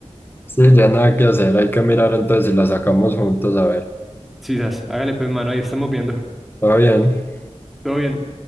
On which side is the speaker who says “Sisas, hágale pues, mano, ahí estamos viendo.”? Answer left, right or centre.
Centre